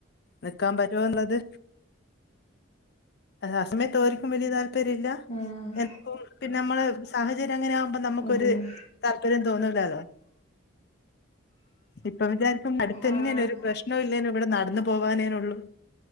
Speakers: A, on the left; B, on the left.
A: നിക്കാൻ പറ്റ്വോന്ന്ളളത്. ആ സമയത്ത് ഓരിക്കും വല്ല്യ താല്പര്യം ഇല്ല.
B: ആഹ്
A: എനക്കും പിന്നെ നമ്മള് സാഹചര്യം അങ്ങനെ ആകുമ്പോൾ നമുക്കൊര്
B: അതെയോ
A: താല്പര്യം തോന്നൂലല്ലോ. ഇപ്പ വിചാരിക്കും അടുത്തന്നേനു.
B: ആഹ്
A: ഒരു പ്രശ്നും ഇല്ലേനു. ഇവിടെ നടന്നു പോവാനേനുള്ളൂ.